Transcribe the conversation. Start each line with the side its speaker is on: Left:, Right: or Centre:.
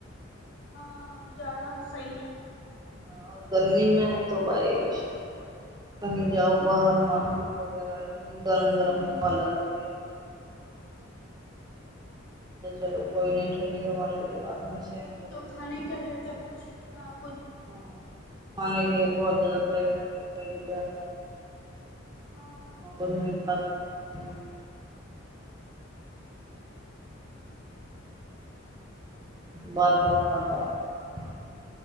Left: हँ हँ जाड़ा सही है।
Right: ह गर्मी में तो कही जाउ बाहर मार्केट वगैरह गरम गरम
Left: ह
Right: हवा लगती है। चलो कोइ नहीं ठण्डी हवा लगी। आदमी सहन
Left: नहि
Right: कर
Left: तो खाने के रहता कुछ न कुछ।
Right: ह खाने के लिए बहुत ज्यादा परेशानी होती है।
Left: हाँ
Right: वगी खा सक <unintelligible> आ <inaudible> बार बार खाता है।